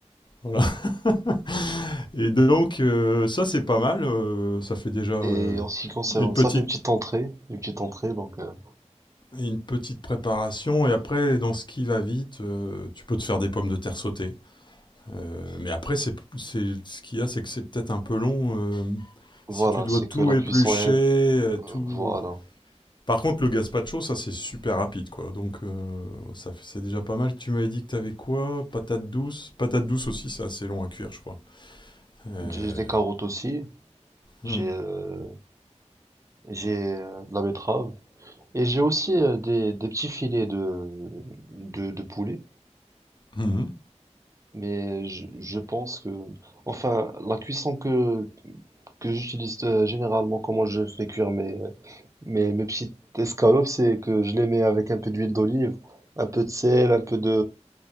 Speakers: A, on the left; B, on the right.
A: Voilà. <laughs> et donc, euh, ça, c'est pas mal. euh, ça fait déjà euh,
B: Et en ce qui concerne,
A: une petite
B: ça fait une petite entrée, une petite entrée, donc euh,
A: une petite préparation et après dans ce qui va vite euh, tu peux te faire des pommes de terre sautées Euh, mais après c'est c'est- ce qu'il y a c'est que c'est peut-être un peu long euh,
B: voilà,
A: si tu dois
B: c'est
A: tout
B: que la
A: éplucher
B: cuisson est,
A: euh, tout
B: voilà.
A: Par contre, le gazpacho, ça c'est super rapide quoi. Donc euh, ça c'est déjà pas mal. Tu m'avais dit que t'avais quoi Patate douce. Patate douce aussi, c'est assez long à cuire, je crois. Euh,
B: J'ai des carottes aussi, j'ai,
A: hmm.
B: euh, j'ai euh, de la betterave et j'ai aussi euh, des, des petits filets de, de, de poulet.
A: Mhm.
B: Mais je, je pense que, enfin, la cuisson que que j'utilise euh, généralement, comment je fais cuire mes Mais mes petites escalopes, c'est que je les mets avec un peu d'huile d'olive, un peu de sel, un peu de,